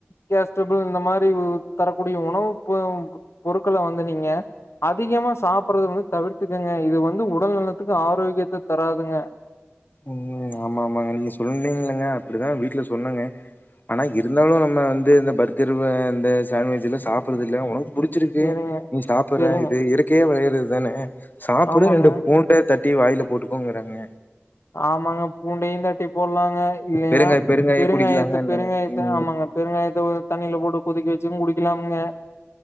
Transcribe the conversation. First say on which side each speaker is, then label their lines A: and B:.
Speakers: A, on the left; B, on the left.
A: கேஸ்டபுள் இந்த மாரி தரக்கூடிய உணவு ப பொருட்கள வந்து நீங்க அதிகமா சாப்புர்றது வந்து தவிர்த்துக்கங்க இது வந்து உடல் நலத்துக்கு ஆரோக்கியத்த தராதுங்க
B: ம் ஆமா ஆமாங்க நீங்க சொன்னீங்கல்லங்க அப்டிதா வீட்ல சொன்னங்க ஆனா இருந்தாலு நம்ம வந்து இந்த பர்கரு வா இந்த சாண்ட்விச்லா சாப்புர்றது இல்ல உணவு புடிச்சிருக்கு
A: சேரிங்க
B: நீ சாப்பர்ற
A: சேரிங்க
B: இது இயற்கையே வரயறது தான சாப்புடு
A: ஆமாங்க
B: ரெண்டு பூண் ட தட்டி வாயில போட்டுக்கோங்குறாங்க
A: ஆமாங்க பூண்டையு தட்டி போல்லாங்க இல்லைன்னா
B: பெருங்காய பெருங்காய
A: பெருங்காயத்து
B: குடிக்கலாங்கன்னாங்க.
A: பெருங்காயத்த
B: ம்
A: ஆமாங்க பெருங்காயத்த ஓ தண்ணில போட்டு கொதிக்க வச் சும் குடிக்கலாம் ங்க